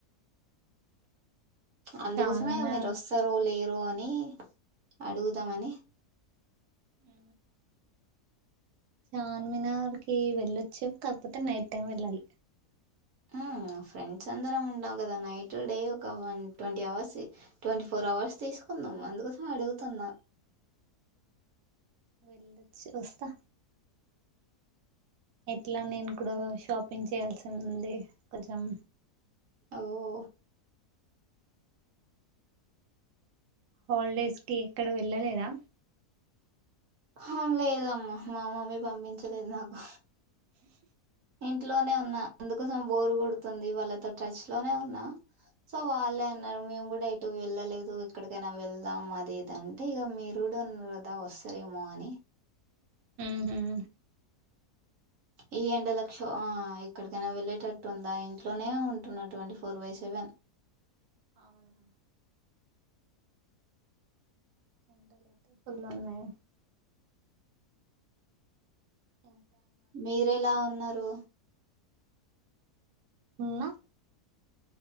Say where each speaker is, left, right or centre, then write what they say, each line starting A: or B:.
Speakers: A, on the right; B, on the right.
A: అందుకోసమే
B: చార్మినార్
A: మీరు వస్తారు లేరు. అని అడుగుదామని
B: ఆ చార్మినార్ కి వెళ్ళొచ్చు. కాకపోతే నైట్ టైం వెళ్ళాలి.
A: అ ఫ్రెండ్స్ అందరం ఉంటాం కదా, నైట్ డే ఒక one twenty hours twenty four hours తీసుకుందాం అందుకోసం అడుగుతున్నా.
B: వెళ్లొచ్చి వస్తా ఎట్లా నేను కూడా షాపింగ్ చేయాల్సింది కొెంచెం.
A: ఓహ్!
B: హాలిడేస్ కి ఎక్కడ వెళ్ళలేదా.
A: హ లేదమ్మ మా మమ్మీ పంపించలేదు నాకు
B: చ్ <unintelligible>
A: ఇంట్లోనే ఉన్నా అందుకోసం బోర్ కోడుతుంది. వాళ్ళతో టచ్ లోనే ఉన్నా. సో వాళ్ళే అన్నారు మేము కూడా యి ఇటు వెళ్ళలేదు ఇక్కడికైనా వెళ్దాం అదిదంటే ఇక మీరు కూడా ఉన్నారు కదా వస్తారేమో అని
B: ఆ హమ్
A: ఈ ఎండ లక్ష ఆ ఇక్కడికైనా వెళ్ళేటట్టు ఉందా. ఇంట్లోనే ఉంటున్నా ట్వంటీ ఫోర్ బై సెవెన్
B: అవును అంత లేదు ఫుల్లు ఉన్నాయి. ఓ
A: మీర ఎలా ఉన్నారు.
B: ఉన్నా